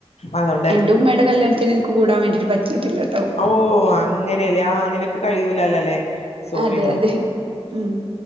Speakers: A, on the left (about 75°); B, on the right (about 55°).
A: അതോണ്ടായിരിക്കും
B: എന്റെ ഉമ്മയുടെ കല്ല്യാൺത്തിനെനിക്ക് കൂടാൻ വേണ്ടിട്ട് പറ്റിയിട്ടില്ലട്ടോ
A: ഓഹ് അങ്ങനെയലേ ആഹ് നിനക്ക് കഴിയൂലാലല്ലേ സോറിട്ടോ
B: അതെ അതെ ഉം